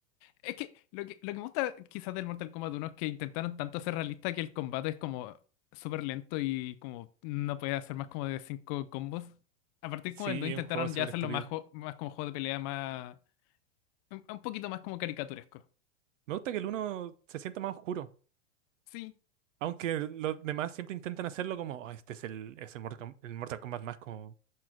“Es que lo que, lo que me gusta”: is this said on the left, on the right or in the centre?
Left